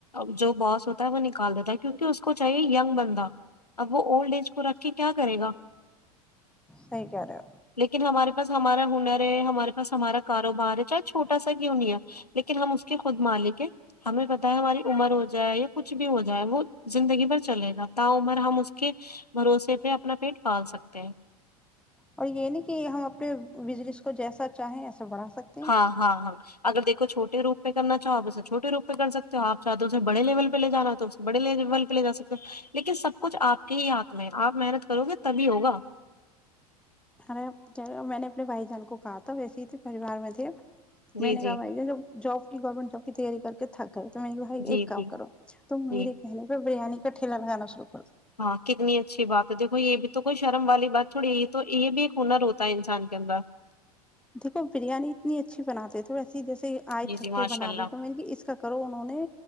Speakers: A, on the left; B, in the centre.
A: جو باس ہوتا ہے وہ نکال دیتا ہے کیونک اس کو چاہیے یگ بندہ اب وہ اولڈ ایج کو رکھ کے کیا کرے گا
B: سح کا رہ
A: لیکن ہمارے پاس ہمارا ہنر ہے ہمارے پاس ہمارا کاروبار ہے چاہے چھوٹا سا کیوں نہیںیا لیکن ہم اس کے خود مالک ہے ہمیں پت ہے ہماری عمر ہو جائے یا کچھ بھی ہو جائے وہ زندگی بھر چلے نا تا عمر ہم اس کے بھروسے پہ اپنا پیٹ پال سکتے ہیں
B: اور یہ نہیں کہ ہم اپنے بزنس کو جیسا چاہیں ایسا بڑھا سکتے ہیں
A: ہاں ہاں ہاں اگر دیکو چھوٹے روپہ کر چاہو تو اسے چھوٹے روپ پہ کر سکتے ہو آپ چاہتے ہو اسے بڑے لیول پہ لے جانا ہو تو اسے بڑے لیول پہ لے ج سکتے ہو لیکن سب کچھ آپ کے ہی ہاتھ میں ہے آپ محنت کرو گے تبھی ہوگا
B: ارے میں نے اپنے بھائی جان کو کہا تھا ویسے ہی تھے پریوار میں تھے
A: جی
B: میں نے
A: جی
B: کہا بھائی ج جوب جب کی گورنمنٹ جاب کییاری کر تھک گئے تو م بھائی
A: جی
B: ایک کام
A: جی
B: کرو تو میرے
A: جی
B: کہنے پ بریانی کٹل میں گانالو
A: ہاں کتنی اچھی بات تو دیکو یہ بھی تو کوئی شرم والی بات تھوڑی یہ تو یہ بھی ایک ہنر ہوتا ہے انسان کے اندر
B: دیکھو بریانی اتنی اچھی بناتے تھے ویسے جیسے آئے
A: جی
B: تھک
A: جی ماشاء
B: کے بنا
A: اللہ
B: لی تو میں نے اس کا کرو انہوں نے